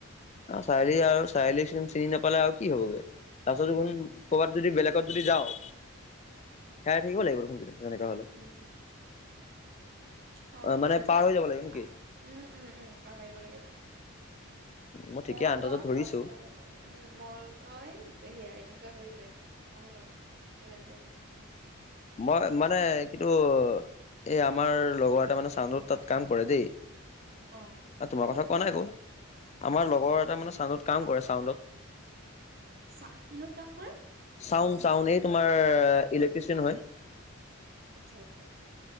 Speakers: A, on the left (about 30°); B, on the right (about 45°).
A: চাৰিআলি আৰু চাৰিলি চিনি নাপালে আৰু কি হবগে, তাৰপিছতোন
B: উম
A: ক'ৰবাত যদি বেলেগ যদি যাওঁ হেৰাই থাকিব লাগিব দেখোন তেনেকা হলে
B: হম হুম হ অ
A: মানে
B: উম
A: পাৰ
B: ইয়াতে
A: হৈ যাব লাগিব নেকি?
B: উম উম উম পাৰ হৈ আহিব লাগে।
A: মই ঠিকে
B: মলগাও
A: আন্দাজত ধৰিছো
B: ফাৰ্ষ্ট উম মলগাঁৱ হেয়া এনেকুৱা হৈ যায় মোৰ হয় ওলাই যায়
A: মই মানে কিন্তু এই আমাৰ লগৰ এটা মানে চাইদত তাত কাম কৰে দেই
B: অ
A: তোমাৰ
B: কোন
A: কথা কোৱা
B: কোন
A: নাই একো, আমাৰ লগৰ এটা মানে চাউডত কাম কৰে চাউডত
B: চা কিহত কাম কৰে?
A: চাউণ্ড চাউণ্ড এই তোমাৰ ইলেক্ট্ৰিচিয়ান হয়।
B: আচ্ছা আচ্ছা আচ্ছা